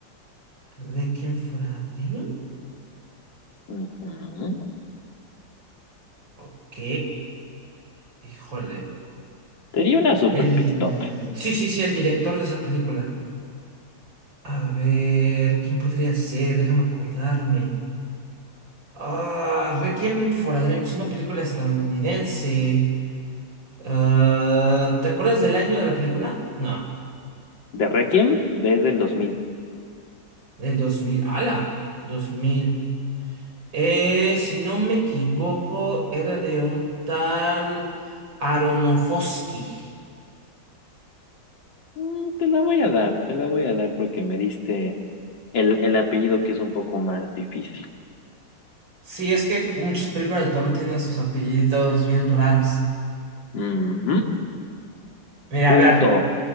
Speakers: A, on the right; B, on the left.
A: ¿Requiem for a Dream?
B: Ujú.
A: Ok. Híjole.
B: Te di una super
A: El...
B: pistota.
A: Sí, sí, sí, el director de esa película. A ver, ¿quién podría ser? Déjame acordarme. Ah, Requiem for a Dream es una película estadounidense. Ah, ¿te acuerdas del año de la película? No,
B: De Requiem desde el 2000.
A: del 2000. ¡Hala! dos mil. Eh, si no me equivoco, era de un tal Aronofsky.
B: Mm, te la voy a dar, te la voy a dar porque me diste el, el apellido que es un poco más difícil.
A: Sí, es que muchas películas de terror tienen sus apellidos bien raros.
B: Ujú.
A: Mira,
B: Punto.
A: a ver,